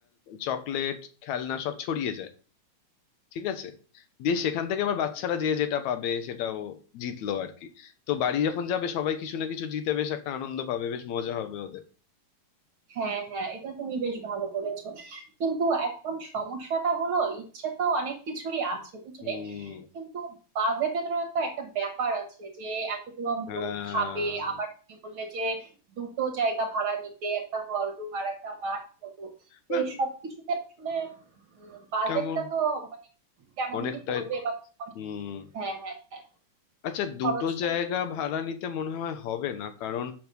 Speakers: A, on the left (about 70°); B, on the right (about 55°).
A: চকলেট খেলনা সব ছড়িয়ে যায় ঠিক আছে দিয়ে সেখান থেকে আবার বাচ্চারা যে যেটা পাবে সেটা ও জিতলো আর কি তো বাড়ি যখন যাবে সবাই কিছু না কিছু জিতে বেশ একটা আনন্দ পাবে বেশ মজা হবে ওদের
B: হ্যাঁ হ্যাঁ এটা তুমি বেশ ভালো বলেছো কিন্তু এখন সমস্যাটা হলো ইচ্ছে তো অনেক কিছুরই আছে বুঝলে
A: হুম
B: কিন্তু বাজেটেরও তো একটা ব্যাপার আছে যে এতগুলো
A: আহ,
B: লোক খাবে আবার তুমি বললে যে দুটো জায়গা ভাড়া নিতে একটা হল রুম আর একটা মাঠ মতো তো
A: না
B: এই সব কিছুতে আসলে বাজেটটা
A: কেমন
B: তো মানে কেমন
A: অনেকটাই
B: কি পড়বে বা অনেক-
A: হুম
B: হ্যাঁ হ্যাঁ হ্যাঁ
A: আচ্ছা দুটো
B: খরচটা
A: জায়গা ভাড়া নিতে মনে হয় হবে না কারণ